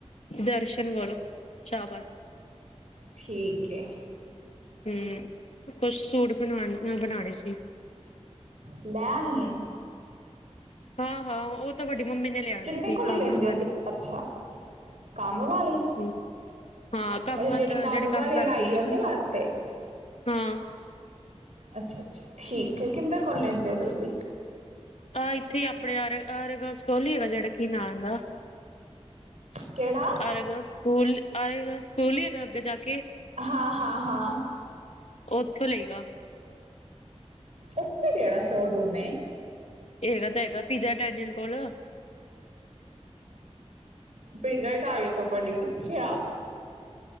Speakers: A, on the left; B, on the right.
A: ਦਰਸ਼ਨ ਵੋਲੋ ਸ਼ਾਹਬਾਦ।
B: ਠੀਕ ਐ।
A: ਹੂੰ, ਕੁੱਛ ਸੂਟ ਬਨਵਾ ਅ ਬਣਾਣੇ ਸੀ।
B: ਲੈ ਆਈ ਏ।
A: ਹਾਂ-ਹਾਂ ਓ ਤਾਂ ਵਡੀ ਮੰਮੀ ਨੇ ਲਿਆਣੇ
B: ਕਿੰਦੇ
A: ਸੀ
B: ਕੋਲ
A: ਕੰਮ
B: ਲੈਂਦੇ
A: ਵਾਲੀ
B: ਹੋ ਤੂੰ ਅੱਛਾ ਕੰਮ ਵਾਲੀ!
A: ਹੂੰ ਹਾਂ ਕੰਮ
B: ਅਰੇ!
A: ਵਾ
B: ਜੇੜੀ ਕੰਮ
A: ਜਿਹੜੀ
B: ਵਾਲੀ
A: ਕਰਦੀ
B: ਲਾਈ ਏ ਓਦੇ ਵਾਸਤੇ?
A: ਹਾਂ।
B: ਅੱਛਾ-ਅੱਛਾ, ਠੀਕ ਐ ਕਿੰਦੇ ਕੋਲ ਲੈਂਦੇ ਓ ਤੁਸੀਂ?
A: ਆ ਇੱਥੇ ਈ ਆਪਣੇ ਆਰ ਆਰਯਾ ਗਲਸ ਸਟੋਲ ਨੀ ਹੈਗਾ ਜੇੜਾ ਕੀ ਨਾਮ ਓਂਦਾ।
B: ਕਿਹੜਾ
A: ਆਏਗਾ ਸਕੁਲ, ਆਏਗਾ ਸਕੂਲ ਨੀ ਹੈਗਾ ਅੱਗੇ ਜਾ ਕੇ।
B: ਹਾਂ, ਹਾਂ, ਹਾਂ।
A: ਓਥੋਂ ਲੇਗਾ।
B: ਓਥੇ ਕੇੜਾ ਸ਼ੋਰੂਮ ਏ?
A: ਐਗਾ ਤਾਂ ਹੈਗਾ ਪੀਜ਼ਾ ਇਟੈਲੀਅਨ ਕੋਲ।
B: ਪੀਜ਼ਾ ਇਟੈਲੀਅਨ ਤੋਂ ਬੜੀ ਪਿੱਛੇ ਆ।